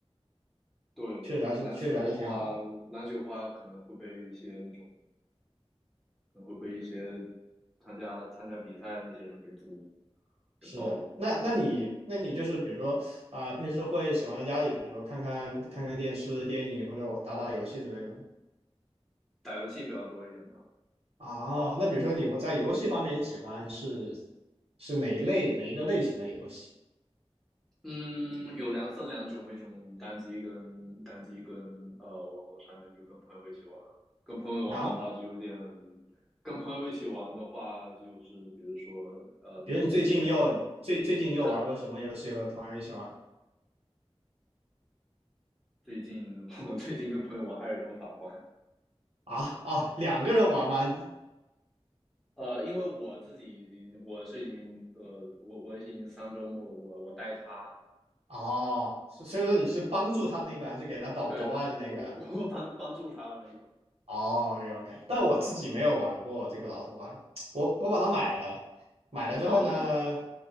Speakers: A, in the centre; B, on the right (about 70°).
A: 对，
B: 确实还是确实还是挺好的。
A: 篮球的话，篮球的话可能会被一些那种，可能会被一些参加参加比赛的那些人给租给包了。
B: 是的，那那你那你就是比如说啊、平时会喜欢在家里，比如说看看看看电视、电影或者我打打游戏之类的吗？
A: 打游戏比较多一点吧。
B: 啊，那比如说你我在游戏方面，你喜欢是是哪一类哪一个类型的游戏
A: 嗯，有两分两种，一种单机跟单机跟呃网络上面就跟朋友一起玩，跟朋友玩的话就有点，
B: 啊？
A: 跟朋友一起玩的话就是比如说呃联机，
B: 比如你最近你有最最近你有玩过什么游戏和朋友一起玩
A: 是最近 <laughs> 我最近跟朋友玩《艾尔登法环》，
B: 啊？哦，两个人玩吗？
A: 呃，因为我自己已经我是已经呃我我已经三周目了，我我带他，
B: 哦，所所以说你是帮助他那个，
A: 对
B: 还是给他捣捣乱的那个？
A: 对，我我 <laughs> 帮帮助他的那个
B: 哦，OK OK，但我自己没有玩过这个老头环，我我把它买了，买了之后呢，
A: 比较硬核，